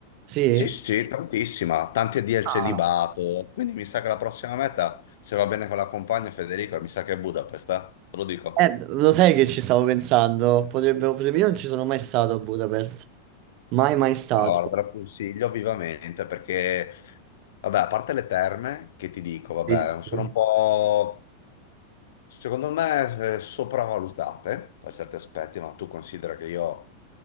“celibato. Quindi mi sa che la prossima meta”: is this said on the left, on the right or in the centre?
Left